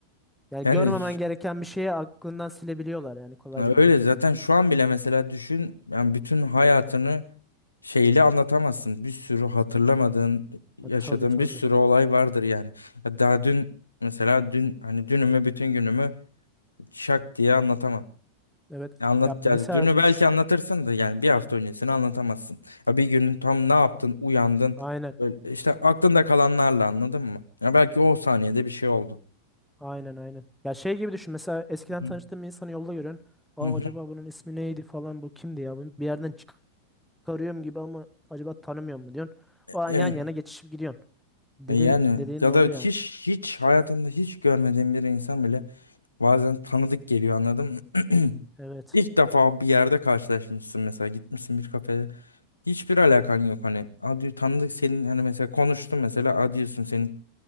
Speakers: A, in the centre; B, on the left.
A: Yani
B: Yani
A: görmemen gereken bir şeyi aklından silebiliyorlar yani kolaylıkla.
B: Ya Öyle zaten şu an bile mesela düşün yani bütün hayatını şeyle anlatamazsın. Bir sürü hatırlamadığın, yaşadığın
A: Ha, tabii tabii.
B: bir sürü olay vardır yani. Ya Daha dün mesela dün hani dünümü bütün günümü şak diye anlatamam.
A: Evet.
B: Ya Anlat
A: Ya mesela
B: yani dünü belki
A: ş-
B: anlatırsın da yani bir hafta öncesini anlatamazsın. Ya bir günün tam ne yaptın, uyandın
A: aynen.
B: böyle işte aklında kalanlarla anladın mı? Ya belki o saniyede bir şey oldu.
A: Aynen aynen. Ya şey gibi düşün. Mesela eskiden
B: Hı
A: tanıştığım
B: hı.
A: bir insanı yolda görüyorsun. Aa
B: Hı
A: acaba bunun ismi neydi falan bu kimdi ya? Bunu bir yerden çıkarıyorum gibi ama acaba tanımıyor mu diyorsun. O an
B: hı.
A: yan yana geçişip gidiyorsun. Dediğin,
B: E Yani
A: dediğin
B: ya
A: doğru
B: da hiç
A: yani.
B: hiç hayatında hiç görmediğin bir insan bile bazen tanıdık geliyor anladın mı? <clears throat>
A: Evet.
B: İlk defa bir yerde karşılaşmışsın mesela gitmişsin bir kafede hiçbir alakan yok hani adi tanıdık senin hani mesela konuştum mesela adi diyorsun senin